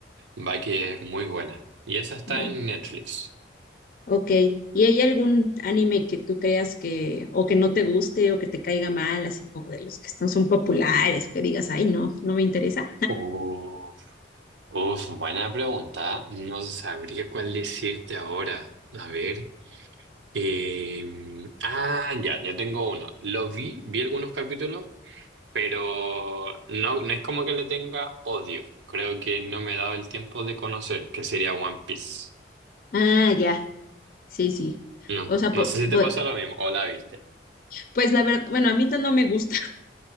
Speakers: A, on the right; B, on the left.
A: Va que es muy buena. Y esa está
B: no,
A: en Netflix.
B: Ok. ¿Y hay algún anime que tú creas que, o que no te guste, o que te caiga mal, así como de los que están, son populares, que digas, ay, no, no me interesa?
A: Uf, uf, buena pregunta. No sabría cuál decirte ahora. A ver. eh, ah, ya, ya tengo uno. Lo vi, vi algunos capítulos, pero no, no es como que le tenga odio. Creo que no me he dado el tiempo de conocer, que sería One Piece.
B: Ah, ya, sí, sí.
A: No,
B: O sea, po-
A: no sé si te
B: po-
A: pasó lo mismo o la viste.
B: pues la verdad, bueno, a mí no no me gusta.